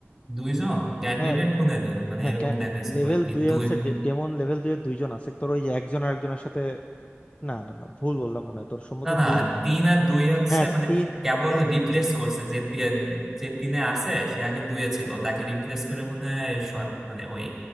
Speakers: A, in the centre; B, on the left.
A: দুইজন ক্যান্ডিডেট
B: হ্যাঁ
A: মনে হয় দুইজন মানে
B: হ্যাঁ
A: এরকম
B: ক্যান
A: দেখাইছিল
B: লেভেল
A: আর কি
B: দুই
A: দুই
B: এ হচ্ছে ডে- ডেমন লেভেল দুই এ দুইজন আছে তোর ওই যে একজন আর একজনের সাথে না না না ভুল বললাম মনে হয় তোর সম্ভবত
A: না না
B: দুই
A: তিন আর দুই হচ্ছে
B: হ্যাঁ
A: মানে
B: তিন
A: কেবল রিপ্লেস করছে যে তি- যে তিনে আছে সে আগে দুয়ে ছিল তাকে রিপ্লেস করে মনে হয় সর- মানে ওই